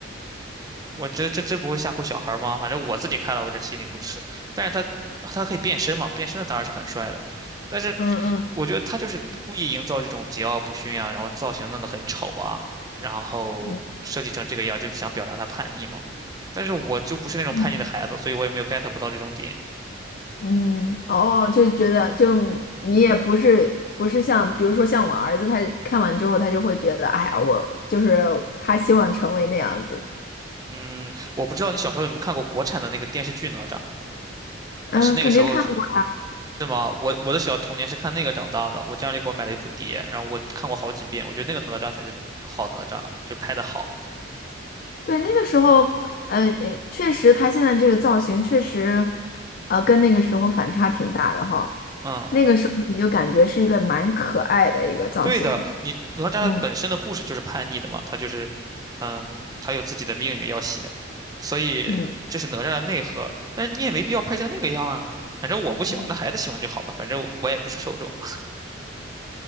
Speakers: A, on the right; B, on the left.
A: 我这这真不会吓唬小孩儿吗？反正我自己看了，我有点心里不适。但是他他可以变身嘛，变身的当然是很帅的。但是
B: 嗯嗯
A: 我觉得他就是故意营造这种桀骜不驯啊，然后造型弄得很丑啊，然后设计成这个样儿，
B: 嗯
A: 就想表达他叛逆嘛。但是我就不是那种叛逆的孩子，
B: 嗯
A: 所以我也没有 get 不到这种点。
B: 嗯，哦，就是觉得就你也不是不是像，比如说像我儿子，他看完之后，他就会觉得，哎呀，我就是他希望成为那样子的。
A: 嗯，我不知道你小时候有没有看过国产的那个电视剧《哪吒》，
B: 嗯，
A: 还是那个时候是
B: 肯定看过。
A: 吗？我我的小童年是看那个长大的，我家里给我买了一部碟，然后我看过好几遍，我觉得那个哪吒才是好哪吒，就拍的好。
B: 对，那个时候，嗯，呃确实，他现在这个造型确实，呃，跟那个时候反差挺大的哈。
A: 嗯，
B: 那个时候你就感觉是一个蛮可爱的一个造型。
A: 对的，你哪吒的本身的故事就是叛逆的嘛，
B: 嗯
A: 他就是，嗯，他有自己的命运要写，所以这是哪吒的内核。
B: 嗯
A: 但是你也没必要拍成那个样啊，反正我不喜欢，
B: 嗯。
A: 那孩子喜欢就好吧，反正我也不是受众。